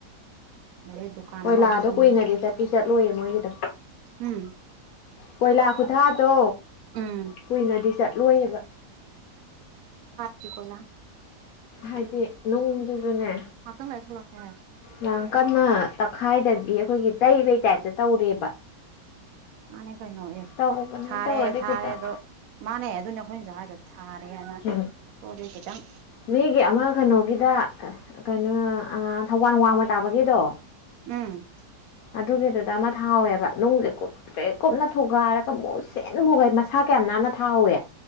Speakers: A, on the right; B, on the left.
A: ꯑꯗꯩ ꯗꯨꯀꯥꯟ
B: ꯍꯣꯏ
A: ꯑꯅꯧꯕ
B: ꯂꯥꯗꯣ
A: ꯁꯨꯝ
B: ꯀꯨꯏꯅꯗꯤ ꯆꯠꯇꯤ ꯆꯠꯂꯣꯏꯌꯦ ꯃꯣꯏꯒꯤꯗ
A: ꯎꯝ
B: ꯀꯣꯏꯂꯥ ꯈꯨꯊꯥꯗꯣ
A: ꯎꯝ
B: ꯀꯨꯏꯅꯗꯤ ꯆꯠꯂꯣꯏꯌꯦꯕ
A: ꯀꯤ ꯀꯣꯏꯅ
B: ꯍꯥꯏꯗꯤ ꯅꯣꯡꯗꯨꯁꯨꯅꯦ
A: ꯉꯥꯛꯇꯪ ꯂꯩꯔ ꯊꯣꯛꯂꯛꯀꯦ ꯍꯥꯏ
B: ꯌꯥꯝ ꯀꯟꯅ ꯇ ꯈꯥꯏꯗꯕꯤ ꯑꯩꯈꯣꯏꯒꯤ ꯇꯩꯕꯩ ꯇꯥꯏꯞꯇ ꯇꯧꯔꯦꯕ
A: ꯃꯥꯅꯦ ꯀꯩꯅꯣ ꯑꯦ
B: ꯇꯧꯕꯅꯦ
A: ꯊꯥꯔꯦ
B: ꯇꯧꯔꯗꯤ
A: ꯊꯥꯔꯦ
B: ꯈꯤꯇꯪ
A: ꯑꯗꯣ ꯃꯥꯅꯦ ꯑꯗꯨꯅꯦ ꯑꯩꯈꯣꯏꯅꯁꯨ ꯍꯥꯏꯗꯣ ꯊꯥꯔꯦꯅ
B: ꯎ
A: ꯄꯣꯠꯇꯨ ꯈꯤꯇꯪ
B: ꯃꯤꯒꯤ ꯑꯃ ꯀꯩꯅꯣꯒꯤꯗ ꯀꯩꯅꯣ ꯊꯧꯕꯥꯜ ꯋꯥꯡꯃ ꯇꯥꯕꯒꯤꯗꯣ
A: ꯎꯝ
B: ꯑꯗꯨꯒꯤꯗꯨꯗ ꯑꯃ ꯊꯥꯎꯋꯦꯕ ꯅꯨꯡꯁꯦ ꯀꯨꯞꯇ꯭ꯔꯦ ꯀꯨꯞꯅ ꯊꯨꯒꯥꯏꯔꯒ ꯃꯨꯁꯤꯟ ꯃꯨꯒꯥꯏ ꯃꯁꯥ ꯀꯅꯥꯅ ꯊꯥꯍꯧꯋꯦ